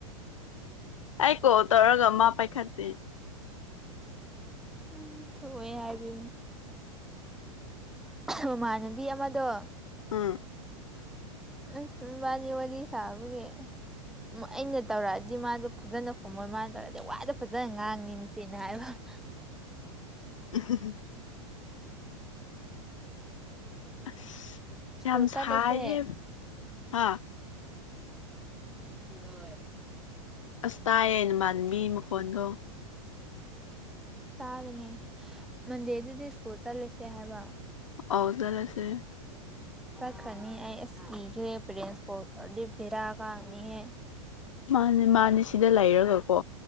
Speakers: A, on the left (about 65°); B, in the centre.
A: ꯑꯩ ꯀꯣ ꯇꯔꯒꯃꯥ ꯄꯥꯏꯈꯥꯗꯤ
B: ꯎꯝ ꯊ ꯍꯥꯏꯕ ꯃꯃꯥꯟꯅꯕꯤ ꯑꯃꯗꯣ
A: ꯑꯥ
B: ꯑꯁꯜ ꯃꯥꯅꯤ ꯋꯥꯔꯤ ꯋꯥꯔꯤ ꯁꯥꯕꯒꯦ ꯎꯝ ꯑꯩꯅ ꯇꯧꯔꯛꯑꯗꯤ ꯃꯥꯗꯣ ꯐꯖꯅ ꯈꯣꯃꯣꯏ ꯃꯥꯅ ꯇꯧꯔꯗꯤ ꯋꯥꯏꯗ ꯐꯖꯅ ꯉꯥꯡꯅꯤꯡꯁꯦꯅ ꯍꯥꯏꯕ ꯍ
A: ꯎꯝ ꯑ
B: ꯁ꯭ꯀꯨꯜ
A: ꯌꯥꯝ
B: ꯆꯠꯂꯁꯦ
A: ꯁꯥꯑ ꯍꯦ ꯍꯥꯥ
B: ꯎꯗꯦ
A: ꯑꯁ ꯇꯥꯏꯌꯦꯦꯅ ꯃꯥꯟꯃꯤ ꯃꯈꯣꯟꯗꯣ
B: ꯇꯥꯒꯅꯤ ꯃꯟꯗꯔꯗꯨꯗꯤ ꯁ꯭ꯀꯨꯜ ꯆꯠꯂꯁꯦ ꯍꯥꯏꯕ
A: ꯑꯣꯖꯜꯁꯦ
B: ꯁꯛ ꯀꯅꯤ ꯍꯥꯏ ꯏꯁꯀꯤ ꯄ꯭ꯔꯣꯚꯔꯥ ꯀꯍꯅꯤ
A: ꯃꯥꯅꯦ ꯃꯥꯅꯦ ꯁꯤꯗ ꯂꯩꯔꯒꯀꯣ